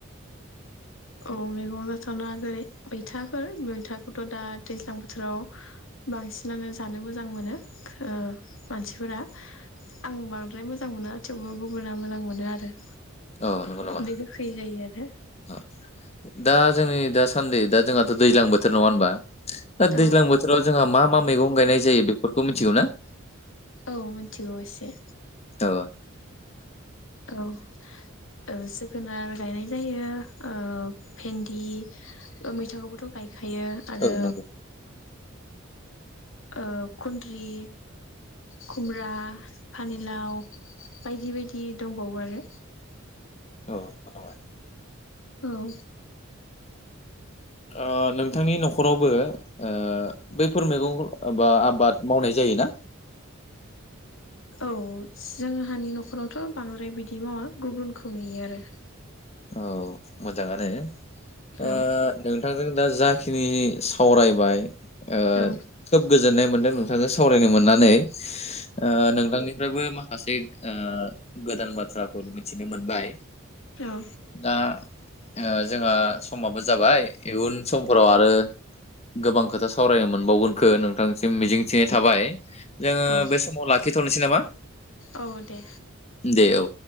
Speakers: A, on the left; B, on the left.
A: औ मैगं जाथावना जेरै मैथाफोर मैथाखौथ' दा दैज्लां बोथोराव बांसिनानो जानो मोजां मोनो ओ मानसिफोरा आं बांद्राय मोजां मोना थेवबो गुबुना मोजां मोनो आरो।
B: औ नंगौ नामा
A: बे गोखै जायो आरो।
B: <unintelligible> दा जोंनि दासान्दि दा जोंहाथ' दैज्लां बोथोर नङा होनबा? दा
A: औ
B: दैज्लां बोथोराव जोंहा मा मा मैगं गायनाय जायो बेफोरखौ मिथिगौ ना?
A: औ मोनथिगौ इसे
B: अ।
A: औ ओ जोगोनार गायनाय जायो ओ भेन्दि ओ मैथाखौबोथ' गाय खायो आरो
B: औ नंगौ
A: ओ खुन्द्रि खुमब्रा फानिलाव बायदि बायदि दंबावो आरो।
B: औ <unintelligible>
A: औ
B: ओ नोंथांनि न'खरावबो ओ बैफोर मैगंख' बा आबाद मावनाय जायोना?
A: औ जोंहानि न'खरावथ' बांद्राय बिदि मावा गुबुनखौ नुयो आरो।
B: औ मोजाङानो ओ
A: औ
B: नोंथांजों दा जाखिनि सावरायबाय ओ
A: औ
B: खोब गोजोननाय मो नोंथांजों सावरायनो मोननानै ओ नोंथांनिफ्रायबो माखासे ओ गोदान बाथ्राखौ मिथिनो मोनबाय।
A: औ
B: दा ओ जोंहा समाबो जाबाय इयुन समफोराव आरो गोबां खोथा सावरायनो मोनबावगोनखो नोंथांसिम मिजिंथिनाय थाबाय जोङो
A: औ
B: बे समाव लाखिथ'नोसै नामा?
A: औ दे
B: दे औ।